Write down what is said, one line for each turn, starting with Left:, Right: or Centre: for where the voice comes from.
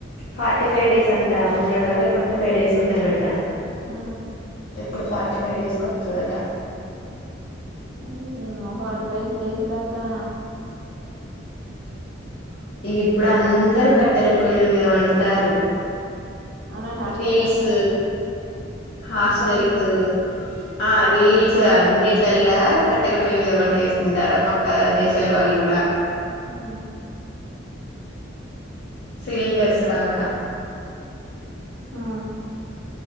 Left: ఫార్టీ ఫైవ్ డేస్ అంట మొన్నటి దాగా ట్వంటీ ఫైవ్ డేస్ ఉండేనట
Right: ఆ
Left: ఇప్పుడు ఫార్టీ ఫైవ్ డేస్కి వత్తదట
Right: ఏ ఏమో పాట పేసి డసదాకా
Left: ఇప్పుడు అందరు కట్టెల పొయల మీద వండుతారు
Right: అవునట హాస్టల్లలో
Left: రీల్స్
Right: కూడా
Left: హాస్టెల్స్
Right: హాస్టల్లలో కూడా
Left: ఆ రీల్స్ అన్నిట్లలా కట్టెల పొయ్య మీద వంట వేసుకుంటారా పక్క దేశాల వాళ్ళు కూడా
Right: ఆ
Left: సిండర్స్ రాగా
Right: ఆ